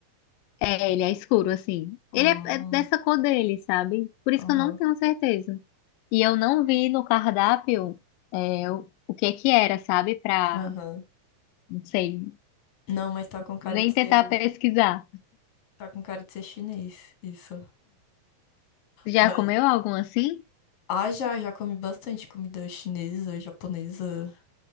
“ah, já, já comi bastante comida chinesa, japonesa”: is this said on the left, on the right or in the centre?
Left